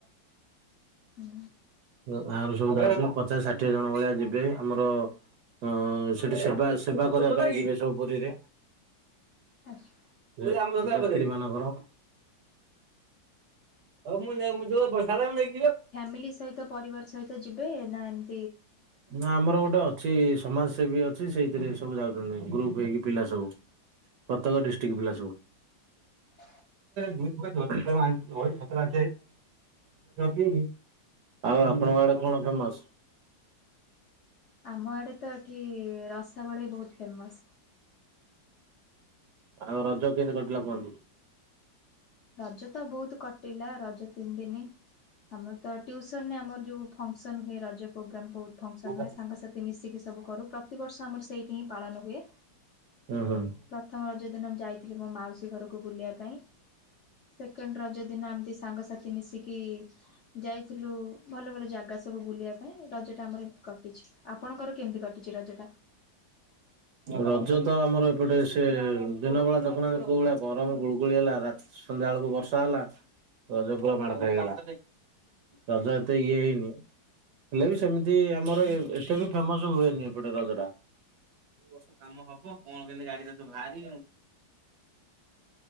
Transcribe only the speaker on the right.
ଗାଁରୁ ସବୁ ଯିବେ ପଚାଶ ଷାଠିଏ ଜଣ ଭଳିଆ ଯିବେ। ଆମର ହଁ ସେଠି ସେବା ସେବା କରିବା ପାଇଁ ଥିବେ ସବୁ ପୁରୀରେ।
ଏମାନଙ୍କର। ଆଉ ମୁ ମୁ ବଶାଲା <unintelligible>
ନା ଆମର ଗୋଟେ ଅ ଅଛି ସମାଜ ସେେବୀ ଅଛି ସେଇଥିରେ ସବୁ ଯାଉଛନ୍ତି ଗ୍ରୁପ ହେଇକି ପିଲା ସବୁ। ପ୍ରତ୍ୟେକ ଡିଷ୍ଟ୍ର୍ ପିଲ ସବୁ।
ମୁଁ ଖତ ଅ କି <unintelligible> ଆଉ ଆପଣଙ୍କ ଆଡେ କଣ ଫେମସ?
ଆଉ ରଜ କିମିତି କଟିଲା କୁହନ୍ତୁ?
ହୁଁ
ହୁଁ।
ରଜ ତ ଆମର ଏପଟେ ସେ ଦିନ ବେଳା ତଖଣା କୋଉ ଭଳିଆ ଗରମ ଗୁଳୁଗୁଳି ହେଲା ରାତି ସନ୍ଧ୍ୟା ବେଳକୁ ବର୍ଷା ହେଲା। ରଜ ପୁର ମାଡ ଖଇଗଲା। ରଜ ଏତେଇଏ ହେଇନି। ହେଲେ ବି ସେମିତି ଆମର ଏତେ ବି ଫେମସ ହୁଏନି ଏପଟେ ରଜଟା। ଏ ବର୍ଷ କାମ ହବ କଣ କେମିତି ଗାଡି ଭାରି